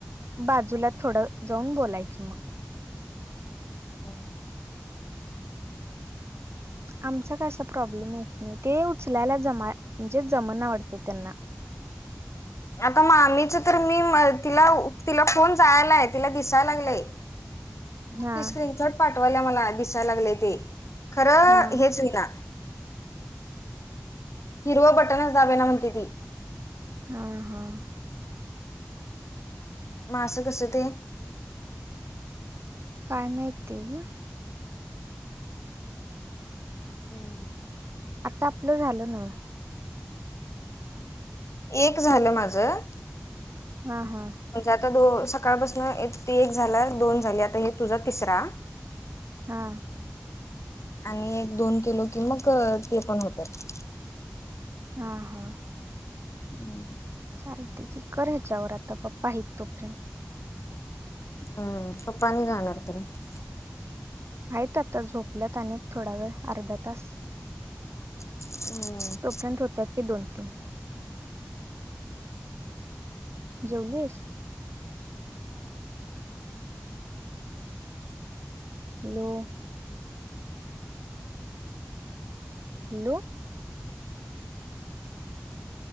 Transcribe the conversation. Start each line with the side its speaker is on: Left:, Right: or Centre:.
Right: बाजूला थोडं जाऊन बोलायच मग.
Left: हम् <inaudible>
Right: आमचा कसा प्रॉब्लेम येत नाही ते उचलायला जमा म्हणजे जमणा आवडत त्यांना. <inaudible>
Left: आता मामीच तर मी तिला, तिला कोण जायलाय तिला दिसायला लागलंय
Right: हा
Left: ते स्क्रीनशॉट पाठवायल्या मला दिसायला लागले ते खरं
Right: हा
Left: हेच होउ ना. हिरव बटनच दाबेना म्हणती ती.
Right: हा हा.
Left: मा अस कस ते?
Right: काय माहिती ग.
Left: हम्म.
Right: ते आपलं झालं नव्ह.
Left: एक झालं माझं.
Right: हा हा.
Left: म्हणजे आता दो सकाळपासून एक झाला, दोन झाली आता हे तुझा तिसरा.
Right: हा.
Left: आणि एक, दोन केलो कि मग ते पण होतात.
Right: हा हा.
Left: हम् <unintelligible>
Right: चालते की कर याच्यावर आता पप्पा आहेत तोपर्यंत.
Left: हम्म, पप्पा नाही जाणार परत?
Right: आहेत आता झोपल्यात अनेक थोडा वेळ अर्धा तास.
Left: हम्म.
Right: तोंपर्यंत होत्या की दोन, तीन. जेवलीस? Hello. Hello.